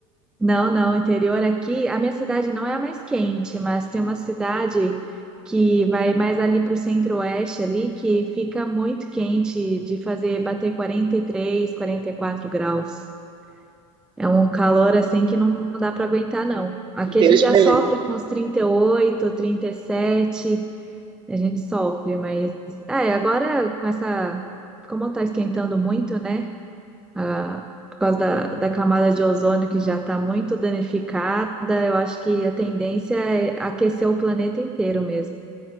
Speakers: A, in the centre; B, on the right.
A: Não, não, interior aqui, a minha cidade não é a mais quente, mas tem uma cidade que vai mais ali para o centro-oeste ali, que fica muito quente de fazer bater 43, 44 graus. É um calor assim que não, não dá para aguentar, não. Aqui a
B: Deus
A: gente já
B: me
A: sofre
B: livre.
A: com os 38, 37, a gente sofre, mas é, agora com essa, como tá esquentando muito, né? a- por causa da, da camada de ozônio que já está muito danificada, eu acho que a tendência é aquecer o planeta inteiro mesmo.